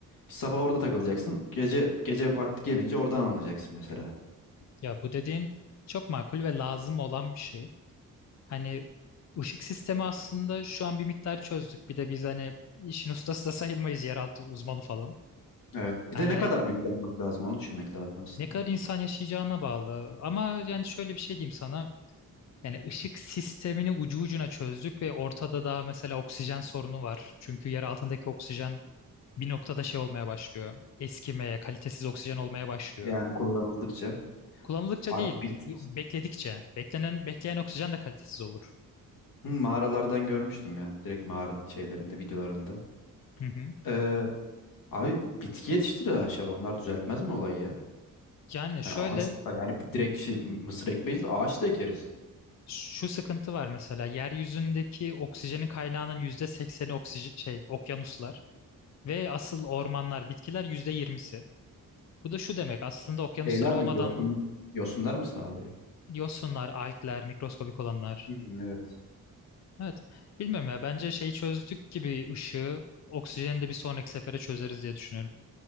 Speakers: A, on the left; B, on the left.
A: Sabah orada takılacaksın. Gece gece vakti gelince oradan anlayacaksın mesela.
B: Ya bu dediğin çok makul ve lazım olan bir şey. Hani ışık sistemi aslında şu an bir miktar çözdük. Bir de biz hani işin ustası da sayılmayız yeraltı uzmanı falan.
A: Evet. Bir
B: Ee,
A: de ne kadar büyük yapmak lazım onu düşünmek lazım aslında.
B: ne kadar insan yaşayacağına bağlı. Ama yani şöyle bir şey diyeyim sana. Yani ışık sistemini ucu ucuna çözdük ve ortada da mesela oksijen sorunu var. Çünkü yer altındaki oksijen bir noktada şey olmaya başlıyor. Eskimeye, kalitesiz oksijen olmaya başlıyor.
A: Yani kullanıldıkça.
B: Kullanıldıkça
A: Abi
B: değil,
A: bitki
B: bekledikçe. Beklenen, bekleyen oksijen de kalitesiz olur.
A: Hı, mağaralardan görmüştüm ya. Direkt mağara şeylerinde, videolarında.
B: Hı hı.
A: Ee, abi bitki yetiştirir aşağıda. Onlar düzeltmez mi olayı ya?
B: Yani şöyle
A: Yani ağaç, yani direkt şey mısır ekmeyiz de ağaç da ekeriz.
B: şu sıkıntı var mesela yeryüzündeki oksijenin kaynağının yüzde sekseni oksijen şey okyanuslar ve asıl ormanlar bitkiler yüzde yirmisi. Bu da şu demek aslında okyanuslar
A: Şeyler
B: olmadan
A: mi? Yosun, yosunlar mı sağlıyor?
B: Yosunlar, algler, mikroskobik olanlar.
A: Hmm, evet.
B: Evet. Bilmiyorum ya. Bence şeyi çözdük gibi ışığı, oksijeni de bir sonraki sefere çözeriz diye düşünüyorum.